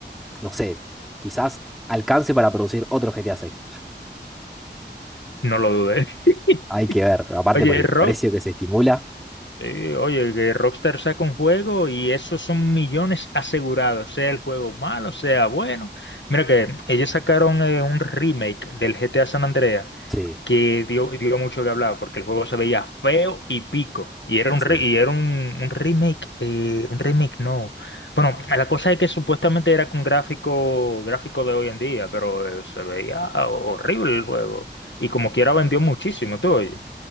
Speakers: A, in the centre; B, on the left (about 80°).
A: no sé, quizás alcance para producir otro G T A seis
B: No lo dudé. <laughs>
A: Hay que ver, aparte
B: Oye,
A: por el
B: Rob,
A: precio que se estimula.
B: Sí, oye, que Rockstar saca un juego y esos son millones asegurados, sea el juego malo, sea bueno. Mira que ellos sacaron eh, un remake del GTA San Andreas
A: Sí,
B: que dio, dio mucho que hablar porque el juego se veía feo y pico. Y era
A: sí.
B: un, re- y era un, un remake, eh, un remake no. Bueno, la cosa es que supuestamente era con gráfico, gráfico de hoy en día, pero eh, se veía horrible el juego. Y como quiera vendió muchísimo, tú oye.